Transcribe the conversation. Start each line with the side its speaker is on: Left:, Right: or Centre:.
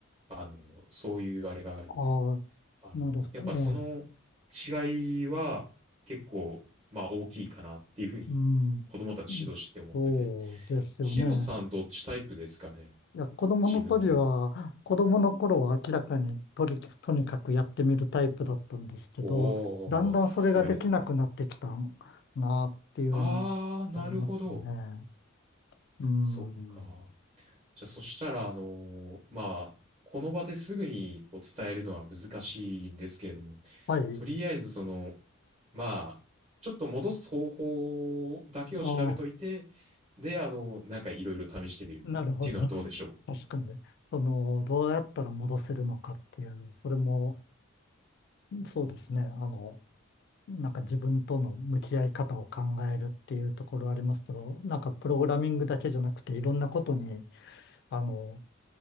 Right: あの、そういうあれがあるんで、
Left: ああ、
Right: あの、
Left: なるほど、
Right: やっぱその違いは結構、
Left: ええ、
Right: まあ大きいかなっていうふうに子供たち指導してて思ってて。
Left: うん、そうですよね。
Right: ヒロさんどっちタイプですかね
Left: いや、子供の時は、
Right: 自分で。
Left: 子供の頃は明らかにとり、とにかくやってみるタイプだったんですけど、
Right: おー、
Left: だんだんそれができなくなってきた
Right: さすがですね。
Left: なっていうのがありますね。
Right: あー、なるほど。
Left: うん。
Right: そっか。じゃあそしたら、あのーまあ、この場ですぐにこう伝えるのは難しいんですけれども、
Left: はい。
Right: とりあえずその、まあ、ちょっと戻す方法だけを調べといて、
Left: ああ、
Right: で、あの、なんかいろいろ試してみるっていうのはどうでしょう。
Left: なるほど。確かに。その、どうやったら戻せるのかっていう、それも、そうですね。あの、なんか自分との向き合い方を考えるっていうところありますけど、なんかプログラミングだけじゃなくて、いろんなことに、あの、